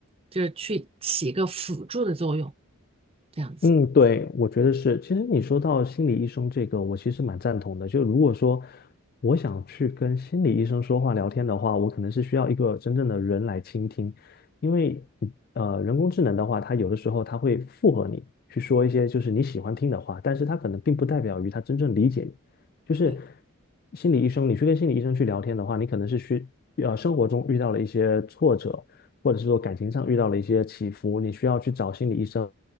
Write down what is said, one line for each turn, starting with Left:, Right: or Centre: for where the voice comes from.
Right: 就是去起一个辅助的作用，这样子。
Left: 嗯，对，我觉得是。其实你说到心理医生这个，我其实蛮赞同的。就如果说我想去跟心理医生说话聊天的话，我可能是需要一个真正的人来倾听，因为呃，人工智能的话，它有的时候它会附和你去说一些就是你喜欢听的话，但是它可能并不代表于它真正理解你。就是
Right: 对
Left: 心理医生，你去跟心理医生去聊天的话，你可能是需呃生活中遇到了一些挫折，或者是说感情上遇到了一些起伏，你需要去找心理医生